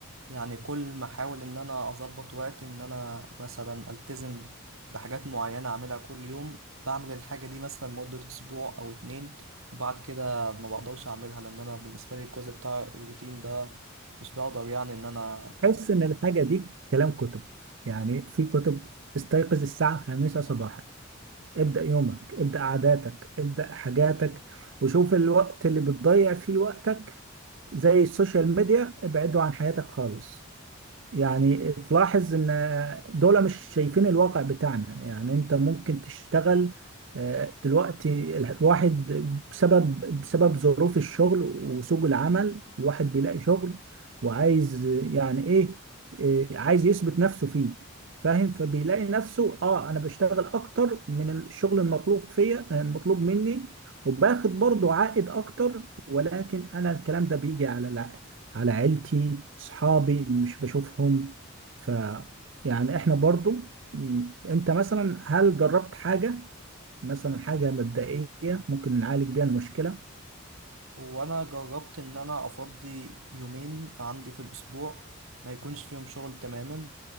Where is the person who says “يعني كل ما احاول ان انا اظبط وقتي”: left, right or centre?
Right